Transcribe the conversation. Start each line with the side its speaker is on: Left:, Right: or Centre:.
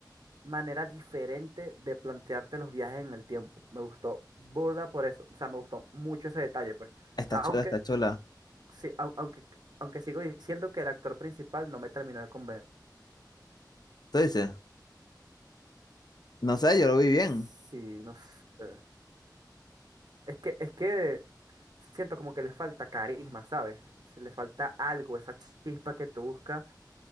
Right: manera diferente de plantearte los viajes en el tiempo. Me gustó burda por eso, o sea, me gustó mucho ese detalle, pues.
Left: Está
Right: Aunque,
Left: chula, está chula.
Right: sí, au- aunque, aunque sigo diciendo que el actor principal no me terminó de convencer.
Left: Tú dices, no sé, yo lo vi bien.
Right: Sí, no sé. Es que, es que siento como que le falta carisma, ¿sabes? Si le falta algo, esa chispa que tú buscas.